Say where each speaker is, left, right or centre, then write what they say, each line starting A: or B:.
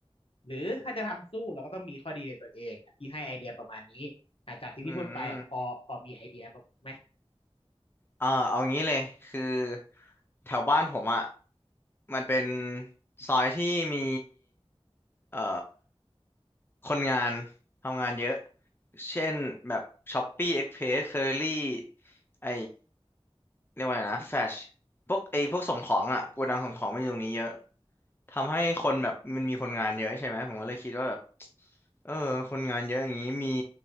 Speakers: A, on the left; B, on the left.
A: หรือถ้าจะทำสู้เราก็ต้องมีข้อดีในตัวเองที่ให้ไอเดียประมาณนี้อาจจากที่พี่พูดไปพอพอมีไอเดียบ้างไหม
B: อืมเออเอางี้เลยคือแถวบ้านผมอ่ะมันเป็นซอยที่มีเอ่อ คนงานทำงานเยอะ เช่นแบบช้อปปี้เอ็กเพรสเคอรี่ไอเรียกว่าไงนะแฟชพวกไอพวกส่งของอ่ะโกดังส่งของมันอยู่ตรงนี้เยอะทำให้คนแบบมันมีคนงานเยอะใช่ไหมผมก็เลยคิดว่าแบบเออคนงานเยอะอย่างนี้มี